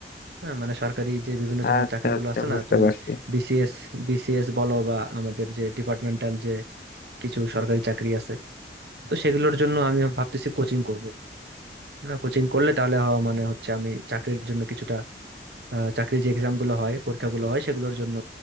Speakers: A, on the right; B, on the left.
A: হ্যাঁ মানে সরকারি যে বিভিন্ন ধরনের
B: আচ্ছা
A: চাকরিগুলো
B: আচ্ছা
A: আছে
B: বুঝতে
A: না তুমি
B: পারছি
A: বিসিএস বিসিএস বলো বা আমাদের যে ডিপার্টমেন্টাল কিছু সরকারি চাকরি আছে তো সেগুলোর জন্য আমি ভাবতেছি কোচিং করব না কোচিং করলে তাহলে হ- মানে হচ্ছে আমি চাকরির জন্য কিছুটা আহ, চাকরির যে এক্সাম গুলো হয় পরীক্ষাগুলো হয় সেগুলোর জন্য